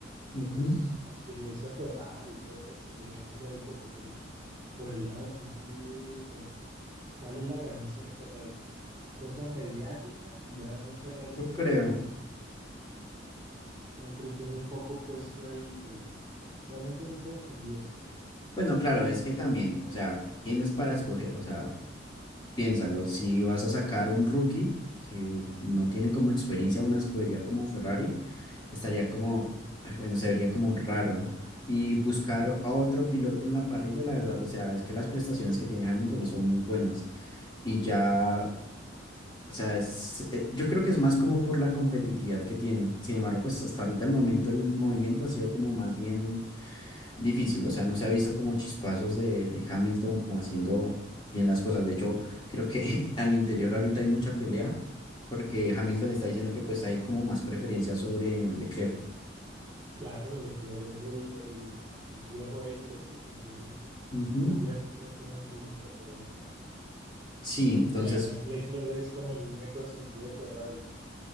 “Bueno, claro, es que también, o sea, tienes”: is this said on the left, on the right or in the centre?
Left